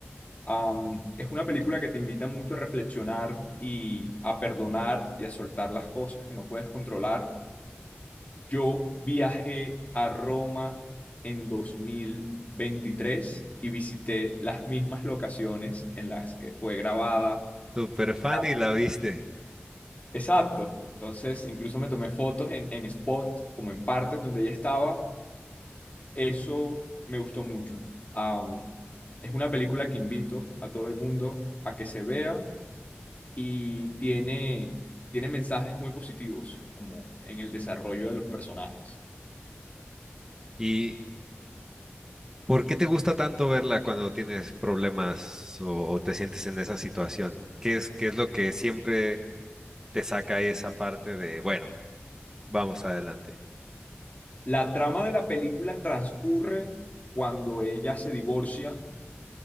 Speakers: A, on the left; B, on the right.
A: Am, es una película que te invita mucho a reflexionar y a perdonar y a soltar las cosas que no puedes controlar. Yo viajé a Roma en 2023 y visité las mismas locaciones en las que fue grabada.
B: Super fan
A: la
B: y
A: peli.
B: la viste.
A: Exacto. Entonces, incluso me tomé fotos en, en spots, como en partes donde ella estaba. Eso me gustó mucho. Am, es una película que invito a todo el mundo a que se vea y tiene, tiene mensajes muy positivos, como en el desarrollo de los personajes.
B: ¿Y por qué te gusta tanto verla cuando tienes problemas o, o te sientes en esa situación? ¿Qué es, qué es lo que siempre te saca esa parte de, bueno, vamos adelante?
A: La trama de la película transcurre cuando ella se divorcia